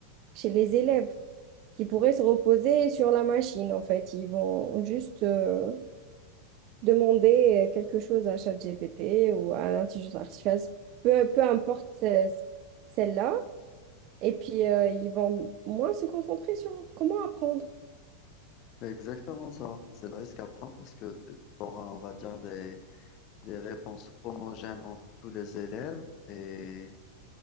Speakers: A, on the right; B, on the left.
A: chez les élèves qui pourraient se reposer sur la machine, en fait. Ils vont juste euh, demander euh, quelque chose à ChatGPT ou à l'intelligence artificielle, peu, peu importe euh, celle-là. Et puis, euh, ils vont moins se concentrer sur comment apprendre.
B: C'est exactement ça. C'est le risque à prendre parce que tu auras, on va dire, des des réponses homogènes entre tous les élèves et